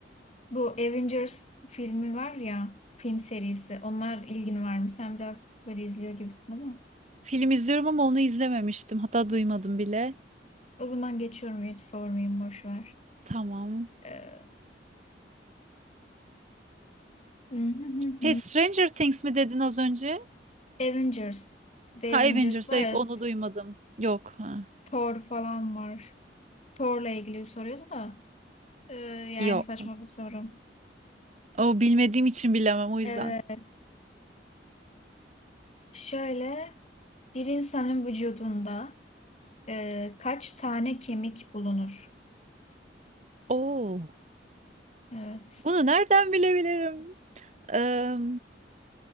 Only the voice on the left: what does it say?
Bu Avengers filmi var ya, film serisi. Onlar ilgin var mı? Sen biraz böyle izliyor gibisin ama.
O zaman geçiyorum, hiç sormayayım, boş ver.
Ee, <laughs>
Avengers. The
Avengers
var
ya,
Thor falan var. Thor'la ilgili bir soruyordu da. ee, yani
saçma bir soru.
Evet, şöyle bir insanın vücudunda ee, kaç tane kemik bulunur?
Evet.